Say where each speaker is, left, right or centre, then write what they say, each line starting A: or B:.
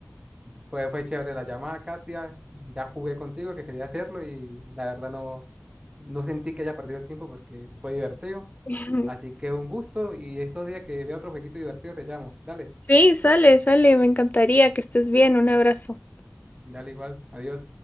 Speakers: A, on the right; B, on the left.
A: fue, fue chévere la llamada, Katia. Ya jugué contigo, que quería hacerlo y la verdad no, no sentí que haya perdido el tiempo porque fue divertido.
B: <laughs>
A: Así que un gusto y estos días que vea otro jueguito divertido te llamo. Dale,
B: sí, sale, sale. Me encantaría que estés bien. Un abrazo.
A: dale igual. Adiós.